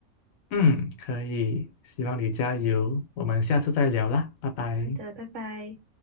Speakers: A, on the left; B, on the right.
A: 嗯，可以，希望你加油，我们下次再聊啦，拜拜。
B: 好的，拜拜。